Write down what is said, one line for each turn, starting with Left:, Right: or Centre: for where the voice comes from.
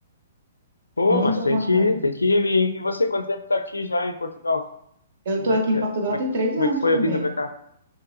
Left: Pô,
Right: Muita
Left: mas tem
Right: vontade
Left: que ir,
Right: mesmo.
Left: tem que ir. E e você, quanto tempo tá aqui já em Portugal?
Right: Eu
Left: Como
Right: estou
Left: é
Right: aqui
Left: que
Right: em
Left: é?
Right: Portugal
Left: Como
Right: tem
Left: é que,
Right: três
Left: como
Right: anos
Left: é que foi
Right: também.
Left: a vinda pra cá?